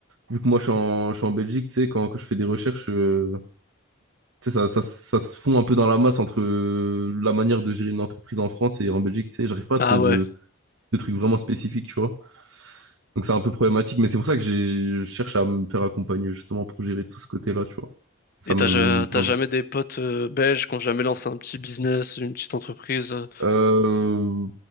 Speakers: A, on the right; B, on the left.
A: vu que moi, je suis en, je suis en Belgique, tu sais, quand, quand je fais des recherches, euh, tu sais, ça, ça, ça se fond un peu dans la masse entre euh, la manière de gérer une entreprise en France et en Belgique, tu sais, j'arrive pas à
B: Ah
A: trouver
B: ouais.
A: de, de trucs vraiment spécifiques, tu vois. Donc, c'est un peu problématique, mais c'est pour ça que j'ai- je cherche à me faire accompagner, justement, pour gérer tout ce côté-là, tu vois. Ça
B: Et
A: me...
B: t'as, ja- t'as
A: enfin,
B: jamais des potes euh, belges qui ont jamais lancé un petit business, une petite entreprise. euh,
A: Euh,